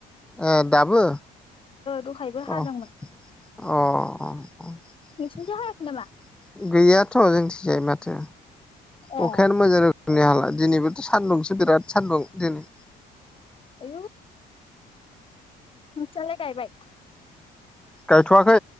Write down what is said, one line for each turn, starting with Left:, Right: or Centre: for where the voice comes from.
Centre: ओ। दाबो
Left: दहायबो हादोंमोन।
Centre: अ अ
Left: नोंसिनिथिं हायाखै नामा
Centre: गैयाथ' जोंनिथिंजाय माथो
Left: ए
Centre: अखायानो मोजां नि हाला दिनैबोथ' सान्दुंसो बिराद सान्दुं दिनै।
Left: आयौ नोंसालाय गायबाय?
Centre: गायथ'वाखै